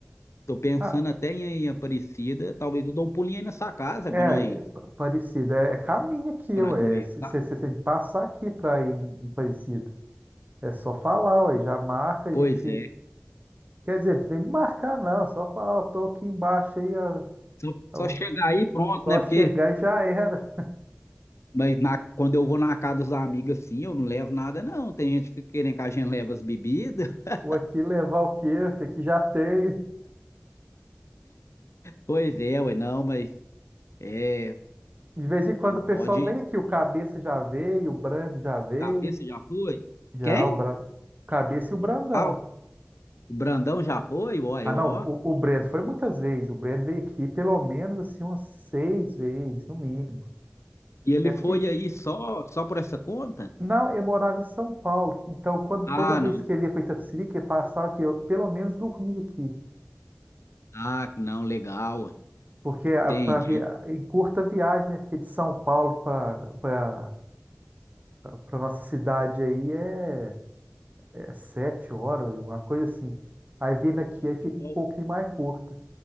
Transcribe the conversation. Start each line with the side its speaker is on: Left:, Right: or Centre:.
Left: Tô pensando
Right: Ah,
Left: até em em Aparecida. Talvez eu dou um pulinho aí na sua casa
Right: é,
Left: para nós,
Right: é pa- Parecida, é, é caminho aqui,
Left: para
Right: ué.
Left: nós conversar.
Right: Você tem que passar aqui para ir em Parecida. É só falar, ué, já marca, a
Left: Pois
Right: gente.
Left: é.
Right: Quer dizer, não precisa nem de marcar, não, é só falar, ó, tô aqui embaixo aí, ó,
Left: Só,
Right: ó,
Left: só chegar aí e pronto,
Right: só
Left: né? Porque
Right: chegar e já era.
Left: mas na, quando eu vou na casa dos amigos assim, eu não levo nada não. Tem gente que fica querendo que a gente leve as bebidas. <laughs>
Right: Ou aqui levar o quê? Aqui já tem.
Left: Pois é, ué, não, mas é,
Right: De vez em quando
Left: não
Right: o pessoal
Left: pode
Right: vem aqui, o Cabeça já veio, o Brando já veio,
Left: saber se já foi.
Right: já
Left: Quem?
Right: o Bra... Cabeça e o Brandão.
Left: Ah, o Brandão já foi, uai,
Right: Ah,
Left: ó.
Right: não, o, o Brando foi muitas vezes, o Brando veio aqui pelo menos assim umas seis vezes, no mínimo.
Left: E ele
Right: É
Left: foi
Right: porque,
Left: aí só só por essa conta?
Right: não, eu morava em São Paulo, então quando,
Left: Ah,
Right: toda vez
Left: não.
Right: que ele ia para Itapecerica, ele passava aqui, eu pelo menos dormia aqui,
Left: Ah, não, legal,
Right: porque
Left: entendi.
Right: para vi... ah, em curta viagem, né, porque de São Paulo para para nossa cidade aí é é sete horas, uma coisa assim. Aí vindo aqui, aí fica
Left: Igual,
Right: um pouquinho mais curta.